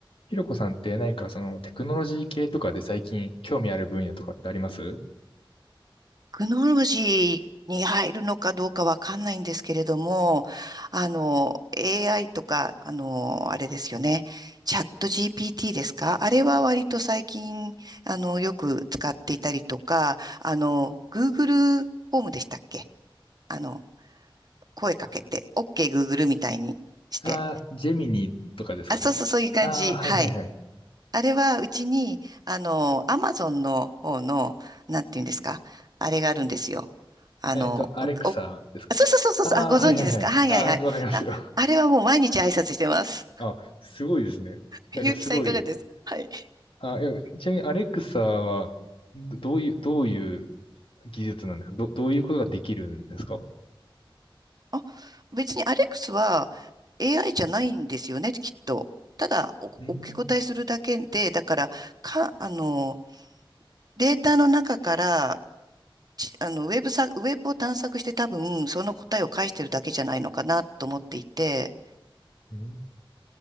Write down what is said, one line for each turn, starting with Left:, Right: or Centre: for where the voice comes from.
Left: ひろこさんって何かそのテクノロジー系とかで最近興味ある分野とかってあります
Right: クノロジーに入るのかどうかわかんないんですけれども、あの、AI とか、あの、あれですよね。チャット GPT ですかあれは割と最近、あの、よく使っていたりとか、あの、Google ホームでしたっけあの、声かけて、OK Google みたいにして。
Left: ああー、ジェミニとかですかね。
Right: あ、そうそう、そういう感じ。
Left: ああ、はいはいはい。
Right: はい。あれはうちに、あの、アマゾンの方の、なんていうんですか、あれがあるんですよ。あの、
Left: えっと、アレクサですかね。
Right: お、そうそうそうそうそう、
Left: ああ、
Right: あ、ご存知ですかはいはいはい。
Left: はいはいはい。ああ、わかりますよ。
Right: あ、あれはもう毎日挨拶してます。
Left: <laughs> あ、すごいですね。
Right: <laughs>
Left: なんかすごい。
Right: ゆうきさんいかがですかはい。
Left: あ、え、ちなみにアレクサはどどういう、どういう技術なんですかど、どういうことができるんですかう
Right: あ、別にアレックスは AI じゃないんですよね、きっと。ただ、お、
Left: ん。
Right: お受け答えするだけで、だから、か、あの、データの中から、ちあの、ウェブさ、ウェブを探索して多分、その答えを返してるだけじゃないのかなと思っていて、
Left: うん。